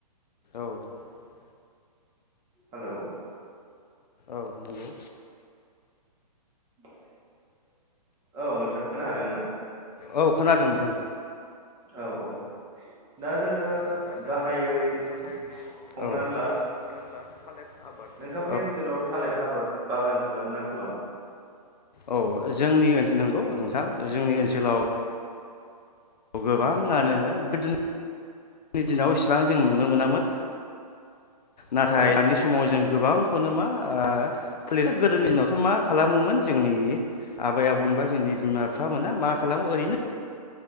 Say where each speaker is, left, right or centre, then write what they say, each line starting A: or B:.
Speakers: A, on the left (about 85°); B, on the right (about 20°).
A: <inaudible>
B: हेलौ
A: औ नंगौ
B: <inaudible> औ नोंथाङा खोनादोंना?
A: औ खोनादों नोंथां।
B: औ औ दा
A: <unintelligible>
B: जोङो गाहायै हमनानै नोंथांमोनि ओनसोलाव थालिर आबाद बागान खालाम ना खालामा?
A: औ जोंनि नंगौ नोंथां जोंनि ओनसोलाव गोबाङानो गोदोनि दिनाव इसेबां जों नु नुनो मोनामोन नाथाय
B: औ
A: दानि समाव जों गोबांखौनो मा ओ फलि गोदोनि दिनावथ' मा खालामोमोन जोंनि आबै आबमोनबा जोंनि बिमा बिफा मोना मा खालामो ओरैनो